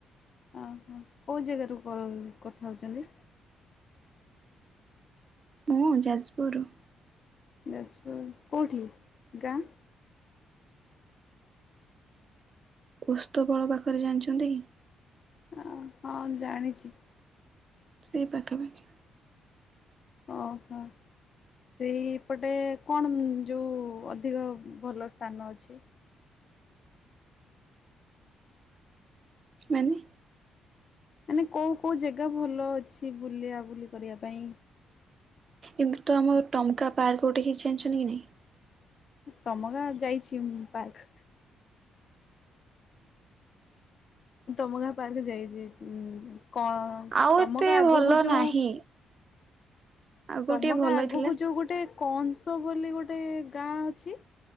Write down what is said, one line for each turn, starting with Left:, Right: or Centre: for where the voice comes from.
Left: ଅ ହୋ କୋଉ ଜାଗାରୁ କଲ କଥା ହଉଛନ୍ତି?
Right: ମୁଁ ଯାଜପୁରରୁ।
Left: ଯାଜପୁର କୋଉଠି ଗାଁ?
Right: ଓସ୍ତପାଳ ପାଖରେ ଜାଣିଛନ୍ତି?
Left: ଓ ହଁ ଜାଣିଛି।
Right: ସେଇ ପାଖାପାଖି।
Left: ଓହୋ। ସେଇପଟେ କଣ ଯୋଉ ଅଧିକ ଭଲ ସ୍ଥାନ ଅଛି?
Right: ମାନେ?
Left: ମାନେ କୋଉ କୋଉ ଜେଗା ଭଲ ଅଛି ବୁଲିବା ବୁଲି କରିବା ପାଇଁ?
Right: ଏମିତି ତ ଆମ ଟମକା ପାର୍କ ଗୋଟେ ହେଇଛି ଜାଣିଛନ୍ତି କି ନାଇଁ?
Left: ଟମକା ଯାଇଛି ମୁଁ ପାର୍କ। ଟମକା ପାର୍କ ଯାଇଛି। କଣ
Right: ଆଉ
Left: ଟମକା
Right: ଏତେ
Left: ଆଗକୁ
Right: ଭଲ
Left: ଯଉ
Right: ନାହିଁ ଆଗରୁ
Left: ଟମକା
Right: ଟିକେ ଭଲ
Left: ଆଗକୁ
Right: ଥିଲା।
Left: ଯୋଉ ଗୋଟେ କଂସ ବୋଲି ଗୋଟେ କା ଅଛି